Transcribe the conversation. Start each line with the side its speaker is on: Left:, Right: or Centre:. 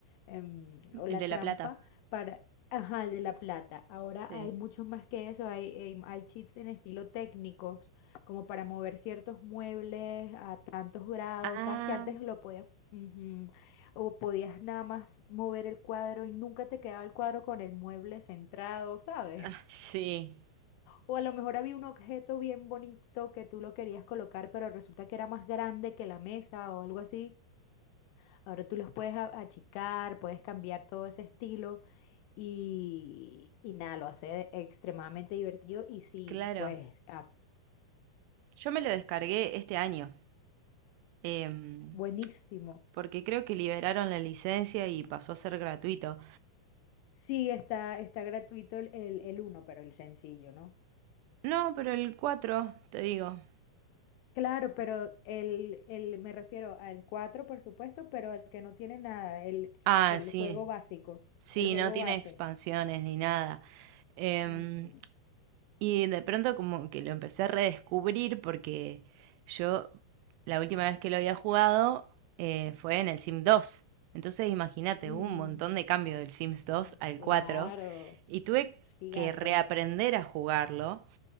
Left: em, o la
Right: El de
Left: trampa
Right: La Plata.
Left: para... Ajá, el de la plata. Ahora
Right: Sí.
Left: hay muchos más que eso. Hay, hay, hay cheats en estilo técnicos como para mover ciertos muebles a tantos grados,
Right: Ah,
Left: sabes que antes lo podías, ujú, o podías nada más mover el cuadro y nunca te quedaba el cuadro con el mueble centrado, ¿sabes?
Right: ah,
Left: <laughs>
Right: sí,
Left: O a lo mejor había un objeto bien bonito que tú lo querías colocar, pero resulta que era más grande que la mesa o algo así. Ahora tú los puedes a- achicar, puedes cambiar todo ese estilo y, y nada, lo hace extremadamente divertido y sí,
Right: claro.
Left: pues ah,
Right: Yo me lo descargué este año, em,
Left: buenísimo.
Right: porque creo que liberaron la licencia y pasó a ser gratuito.
Left: Sí, está, está gratuito el, el, el uno, pero el sencillo, ¿no?
Right: No, pero el 4 te digo.
Left: Claro, pero el, el, me refiero al 4, por supuesto, pero el que no tiene nada, el,
Right: Ah,
Left: el
Right: sí,
Left: juego básico,
Right: sí,
Left: el juego
Right: no tiene
Left: base.
Right: expansiones ni nada. Em,
Left: Mm,
Right: y de pronto como que lo empecé a redescubrir porque yo la última vez que lo había jugado eh, fue en el Sims 2. Entonces imagínate,
Left: Mm,
Right: hubo un montón de cambio del Sims 2
Left: mm,
Right: al
Left: claro,
Right: 4 y tuve
Left: gigantes.
Right: que reaprender a jugarlo.